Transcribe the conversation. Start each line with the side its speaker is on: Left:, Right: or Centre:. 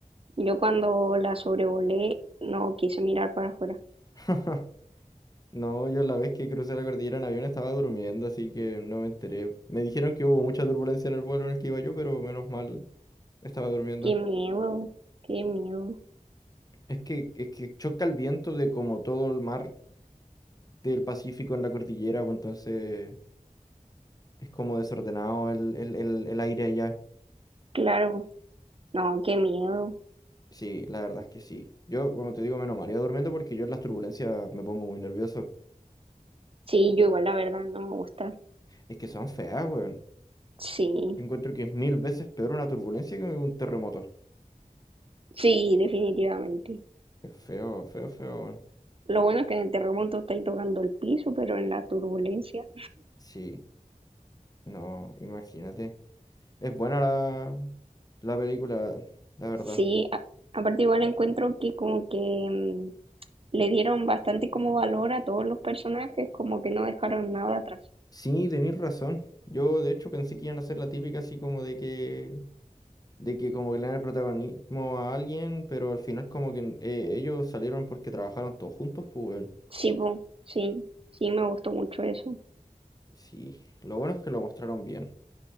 Right: Yo cuando la sobrevolé no quise mirar para afuera.
Left: <laughs> No, yo la vez que crucé la cordillera en avión estaba durmiendo, así que no me enteré. Me dijeron que hubo mucha turbulencia en el vuelo en el que iba yo, pero menos mal estaba durmiendo.
Right: Qué miedo, qué miedo.
Left: Es que, es que choca el viento de como todo el mar del Pacífico en la cordillera, pues entonces es como desordenado el, el, el, el aire allá.
Right: Claro, no, qué miedo.
Left: Sí, la verdad es que sí. Yo, como te digo, menos mal iba durmiendo porque yo en las turbulencias me pongo muy nervioso.
Right: Sí, yo igual la verdad no me gusta.
Left: Es que son feas, weón.
Right: Sí,
Left: Yo encuentro que es mil veces peor una turbulencia que un terremoto.
Right: sí, definitivamente.
Left: Es feo, feo, feo, weón.
Right: Lo bueno es que en el terremoto estáis tocando el piso, pero en la turbulencia...
Left: Sí. No, imagínate. Es buena la, la película, la verdad.
Right: Sí, a- aparte igual encuentro que como que mm, le dieron bastante como valor a todos los personajes, como que no dejaron nada atrás.
Left: Sí, tenéis razón. Yo de hecho pensé que iban a hacer la típica así como de que, de que como que le dan el protagonismo a alguien, pero al final como que eh, ellos salieron porque trabajaron todos juntos, pues weón.
Right: Sí, po, sí, sí me gustó mucho eso.
Left: Sí, lo bueno es que lo mostraron bien.